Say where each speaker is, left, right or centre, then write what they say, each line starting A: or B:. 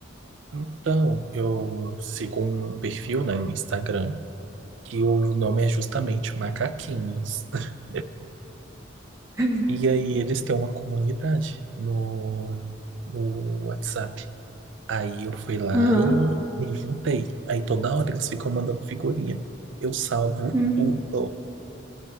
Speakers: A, on the right; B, on the right.
A: Então, eu sigo um perfil, né, no Instagram, que o nome é justamente Macaquinhos. <laughs>
B: <laughs>
A: E aí eles têm uma comunidade no, no WhatsApp. Aí eu fui lá
B: Aham.
A: e me juntei. Aí toda hora eles ficam mandando figurinha. Eu salvo
B: Hum.
A: tudo.